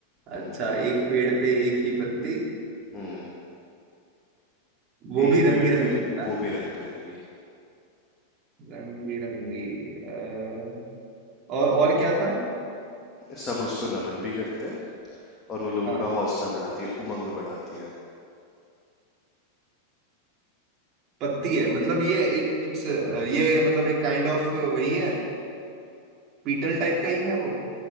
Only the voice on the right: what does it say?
अच्छा एक पेड़ पे एक ही पत्ती
वो
भी रंग
बिरंगी
है ना
रंग बिरंगी अ, और और क्या था
हाँ।
पत्ती है मतलब ये इट्स ये मतलब एक काइंड ऑफ वही है पीटल टाइप का ही है वो